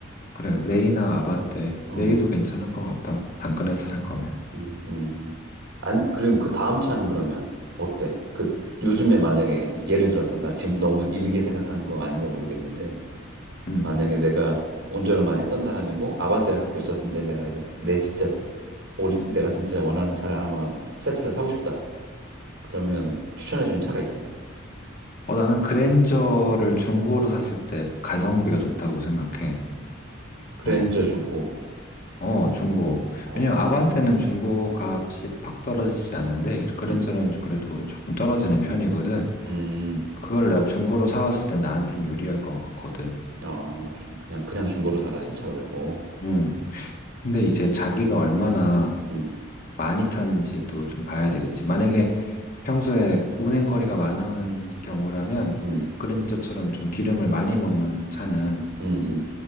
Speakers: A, on the left; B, on the right.
A: 그래, 레이나 아반떼,
B: 어, 음.
A: 레이도 괜찮을 것 같다. 당근에서 살 거면.
B: 음, 음. 안, 그럼 그 다음 차는 그러면 어때? 그 요즘에 만약에 예를 들어서 나 지금 너무 일리게 생각하는 거 아닌가 모르겠는데
A: 음.
B: 만약에 내가 운전을 많이 했던 사람이고 아반떼를 갖고 있었는데 내가 이제 내 진짜 오리, 내가 진짜 원하는 차를 하나만 새 차를 사고 싶다. 그러면 추천해주는 차가 있어?
A: 어, 나는 그랜저를 중고로 샀을 때 가성비가 좋다고 생각해.
B: 그랜저
A: 어.
B: 중고.
A: 어, 중고.
B: 어,
A: 왜냐면 아반떼는 중고 값이 팍 떨어지지 않는데 그랜저는
B: 음,
A: 그래도 조금 떨어지는 편이거든.
B: 음,
A: 그걸 내가 중고로 사왔을 때 나한텐 유리할 것 같거든.
B: 아, 주- 그냥 그냥 중고로 사라 신차 말고.
A: 음. 근데 이제 자기가 얼마나
B: 음,
A: 많이 타는지도 좀 봐야 되겠지. 만약에 평소에 운행거리가 많은 경우라면
B: 음,
A: 그랜저처럼 좀 기름을 많이 먹는 차는
B: 음, 음.